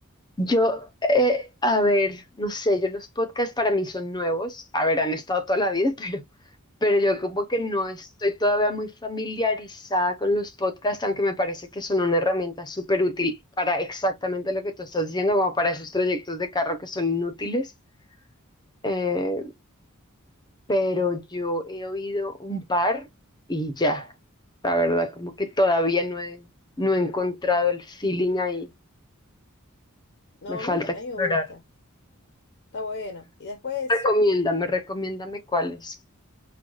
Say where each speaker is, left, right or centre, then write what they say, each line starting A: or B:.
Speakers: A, on the left; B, on the left.
A: yo, eh, a ver, no sé, yo los podcasts para mí son nuevos, a ver, han estado toda la vida, <laughs> pero, pero yo como que
B: <laughs>
A: no estoy todavía muy familiarizada con los podcasts, aunque me parece que son una herramienta súper útil para exactamente lo que tú estás diciendo, como para esos trayectos de carro que son inútiles, Eh, pero yo he oído un par y ya, la verdad, como que todavía no he, no he encontrado el feeling ahí,
B: No,
A: me falta
B: a mí,
A: explorar.
B: a mí me gusta, está bueno. Y después,
A: Recomiéndame, recomiéndame cuáles.